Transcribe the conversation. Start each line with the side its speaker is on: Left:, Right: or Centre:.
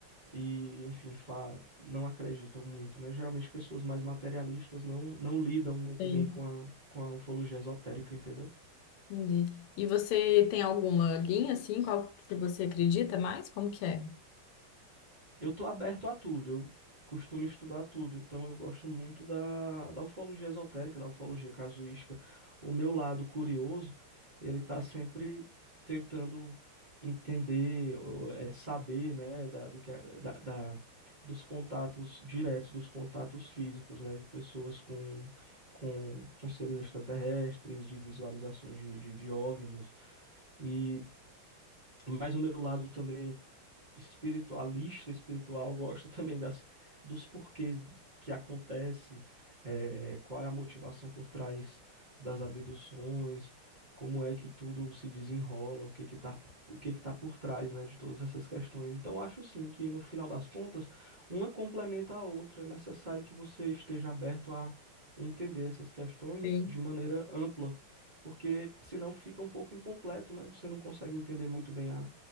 Right: e, enfim, fa- não acreditam muito, né? Geralmente pessoas mais materialistas não, não lidam muito
Left: sei,
Right: bem com a, com a ufologia esotérica, entendeu?
Left: entendi. E você tem alguma linha assim, qual que você acredita mais? Como que é?
Right: Eu tô aberto a tudo, eu costumo estudar tudo, então eu gosto muito da, da ufologia esotérica, da ufologia casuística. O meu lado curioso, ele tá sempre tentando entender, ou, é, saber, né, da, do que, a- da, da- dos contatos diretos, dos contatos físicos, né, de pessoas com, com, com seres extraterrestres, de visualizações de, de, de OVNIs. E, mas o meu lado também espiritualista, espiritual, gosta <laughs> também das, dos porquês que acontece, eh, qual é a motivação por trás das abduções, como é que tudo se desenrola, o que que tá, o que que tá por trás, né, de todas essas questões. Então, eu acho sim que no final das contas, uma complementa a outra, é necessário que você esteja aberto a entender essas questões
Left: Sim,
Right: de maneira ampla. Porque senão fica um pouco incompleto, né? Você não consegue entender muito bem a,